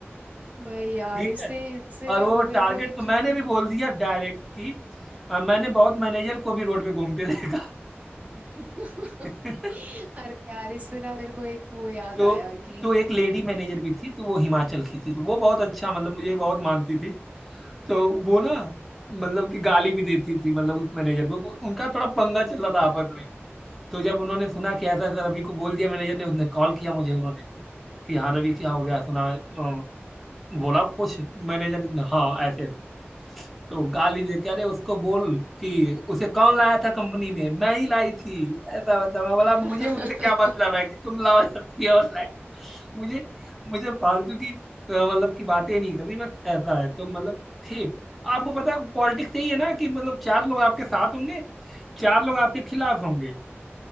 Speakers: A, on the right; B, in the centre.
A: भाई यार
B: नहीं
A: इससे इससे
B: और
A: ना
B: वो
A: मेरे
B: टारगेट
A: को एक
B: तो
A: चीज
B: मैंने भी बोल दिया डायरेक्ट कि अ, मैंने बहुत मैनेजर को भी रोड पे घूमते देखा
A: <laughs>
B: है। <laughs>
A: अरे यार इससे ना मेरे को एक वो याद
B: तो
A: आया कि
B: तो एक लेडी मैनेजर भी थी तो वो हिमाचल की थी तो वो बहुत अच्छा मतलब मुझे बहुत मानती थी तो वो ना मतलब कि गाली भी देती थी मतलब उस मैनेजर को उनका थोड़ा पंगा चल रहा था आपस में तो जब उन्होंने सुना कि ऐसा ऐसा रवि को बोल दिया मैनेजर ने उसने कॉल किया मुझे उन्होंने कि हाँ रवि क्या हो गया सुना अ, बोला कुछ मैनेजर ने हाँ ऐसे ऐसे। तो गाली दे के अरे उसको बोल कि उसे कौन लाया था कंपनी में मैं ही लाई थी ऐसा वैसा मैं बोला
A: <laughs>
B: मुझे उससे क्या मतलब है कि तुम लाओ या कोई और लाए मुझे मुझे फालतू की अ, मतलब की बातें नहीं करनी बस ऐसा है तो मतलब थे आपको पता है पॉलिटिक्स यही है ना कि मतलब चार लोग आपके साथ होंगे चार लोग आपके खिलाफ होंगे